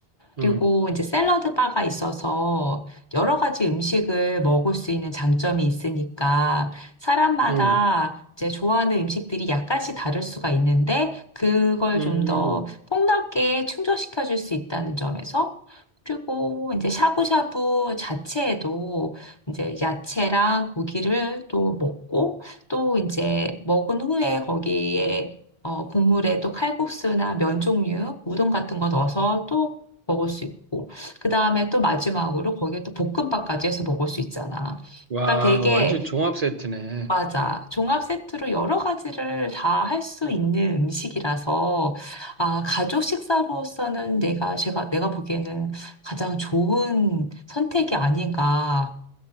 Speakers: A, on the right; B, on the left.
A: 음,
B: 그리고 이제 샐러드 바가 있어서 여러 가지 음식을 먹을 수 있는 장점이 있으니까 사람마다
A: 음.
B: 이제 좋아하는 음식들이 약간씩 다를 수가 있는데 그걸
A: 음,
B: 좀 더 폭넓게 충족시켜 줄 수 있다는 점에서 그리고 이제 샤브샤브 자체에도 이제 야채랑 고기를 또 먹고 또 이제 먹은 후에 거기에 어, 국물에 또 칼국수나 면 종류, 우동 같은 거 넣어서 또 먹을 수 있고, 그 다음에 또 마지막으로 거기에 또 볶음밥까지 해서 먹을 수 있잖아.
A: 와,
B: 그러니까 되게,
A: 완전 종합 세트네.
B: 맞아. 종합 세트로 여러 가지를 다 할 수 있는 음식이라서, 아, 가족 식사로서는 내가, 제가, 내가 보기에는 가장 좋은 선택이 아닌가,